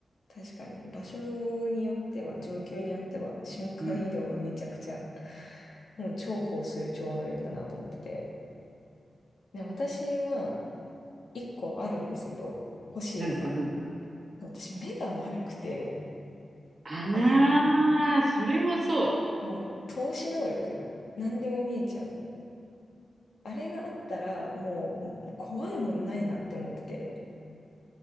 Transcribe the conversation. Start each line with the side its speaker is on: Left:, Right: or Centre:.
Left: 確かに場所によっては、状況によっては、瞬間移動はめちゃくちゃ、
Right: うん。
Left: もう重宝する超能力だなと思ってて。で、私は一個あるんですけど、欲しいのが。
Right: 何ですか、何ですか。
Left: 私目が悪くて、
Right: <laughs> あ
Left: あの、
Right: あ、それもそ
Left: もう透視能力、何でも見えちゃう。あれがあったら、もうもう怖いもんないなって思ってて。